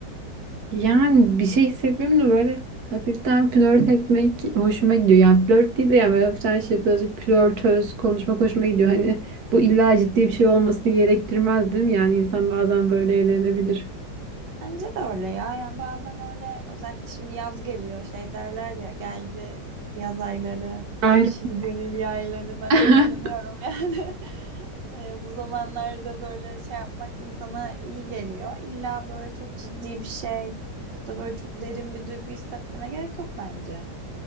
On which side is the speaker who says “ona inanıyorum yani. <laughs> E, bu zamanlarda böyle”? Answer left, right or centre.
Right